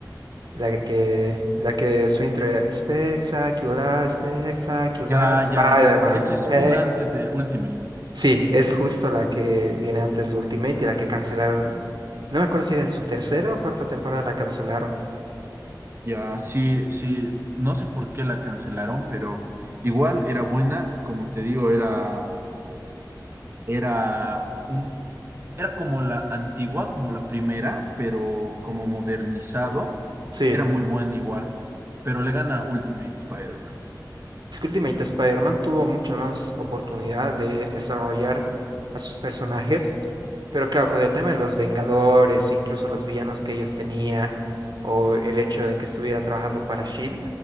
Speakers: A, on the right; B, on the right.
A: La que, la que su intro era espectacular, espectacular,
B: Ya,
A: Spider-Man,
B: ya, ya. Esa
A: spec.
B: es una antes de Ultimate.
A: Sí, es justo la que viene antes de Ultimate y la que cancelaron. No me acuerdo si era en su tercera o cuarta temporada la cancelaron.
B: Ya, sí, sí. No sé por qué la cancelaron, pero igual era buena. Como te digo, era, era un, era como la antigua, como la primera, pero como modernizado.
A: Sí,
B: Era muy buena igual. Pero le gana Ultimate Spider-Man.
A: es que Ultimate Spider-Man tuvo mucha más oportunidad de desarrollar a sus personajes. Pero claro, con el tema de los Vengadores, incluso los villanos que ellos tenían, o el hecho de que estuviera trabajando para SHIELD,